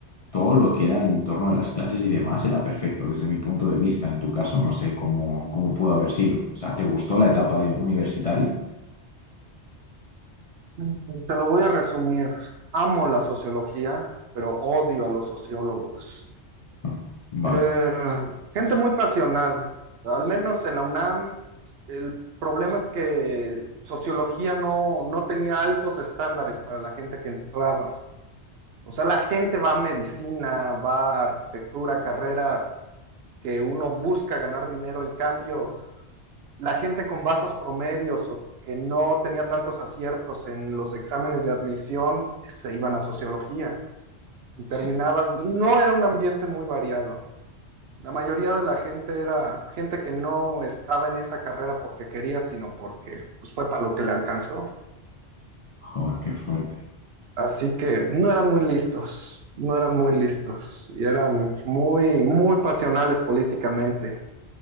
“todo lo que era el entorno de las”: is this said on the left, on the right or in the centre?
Left